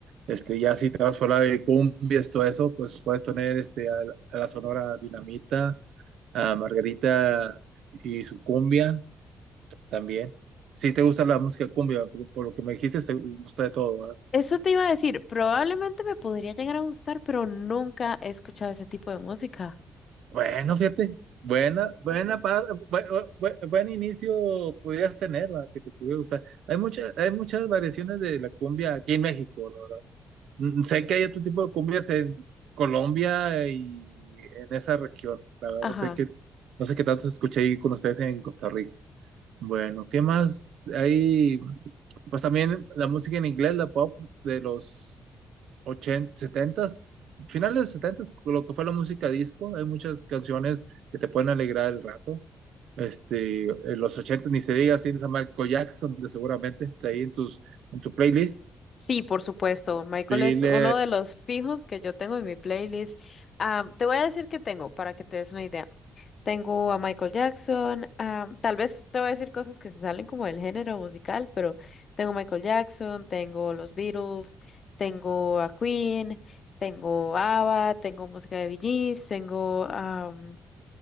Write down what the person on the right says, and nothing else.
Este, ya si te vas fuera de cumbias, todo eso, pues puedes tener este, a, la a la Sonora Dinamita, a Margarita y su cumbia también. Si te gusta la música cumbia, por, por lo que me dijiste, te gusta de todo, ¿verdad?
Bueno, fíjate, buena, buena par- bu- bu- bu- buen, inicio pudieras tener, la que te pudiera gustar. Hay muchas, hay muchas variaciones de la cumbia aquí en México, la verdad. Mm, Sé que hay otro tipo de cumbias en Colombia y en esa región. La verdad,
no sé qué, no sé qué tanto se escucha ahí con ustedes en Costa Rica. Bueno, ¿qué más hay? Pues también la música en inglés, la pop de los 80, 70 finales de los 70 lo que fue la música disco, hay muchas canciones que te pueden alegrar el rato. Este, en los 80 ni se diga, tienes a Michael Jackson de seguramente está ahí en tus en tu playlist.
Dile